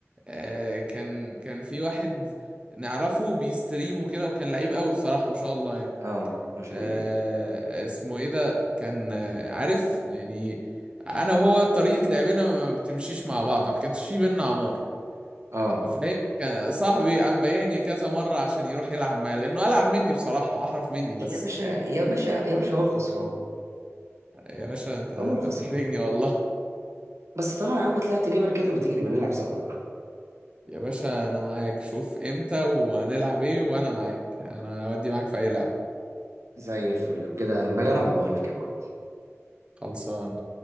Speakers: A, on the right; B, on the right.
A: آه كان كان في واحد نعرفه بيستريم وكده وكان لعيب قوي بصراحه ما شاء الله يعني.
B: اه ما شاء
A: آه
B: الله
A: اسمه ايه ده كان آه، عارف يعني انا وهو طريقة لعبنا ما بتمشيش مع بعض ما كانش في بينا عمار
B: اه
A: فاهم كان صاحبي قام بايعني كذا مرة عشان يروح يلعب معايا لانه العب مني بصراحة احرف مني بس
B: يا باشا يا باشا يا باشا هو الخسران
A: يا باشا انت انت
B: هو الخسران
A: بتحرجني والله
B: بس طالما يا عم طلعت جيمر كده ما تيجي نبقى نلعب سوا
A: يا باشا انا معاك شوف امتى وهنلعب ايه وانا معاك انا اودي معاك في اي لعب
B: زي الفل لو كده لما اجي العب بقول لك يا معلم
A: خلصان